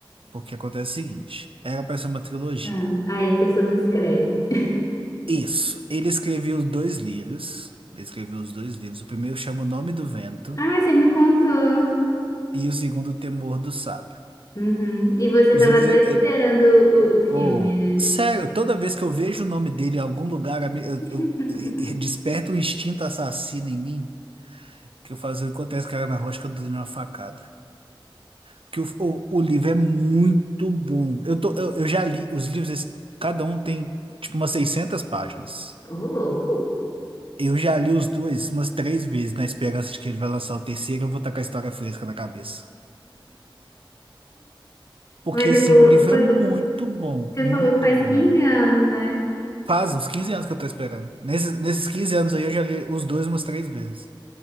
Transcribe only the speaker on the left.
Ah, aí a pessoa não escreve. <laughs>
Ah, você me contou.
Uhum. E você
tava
doido
esperando
o, o o filme,
né?
<laughs>
Ô, louco.
Mas você
falou,
foi,
você
falou que faz
quinze anos, né?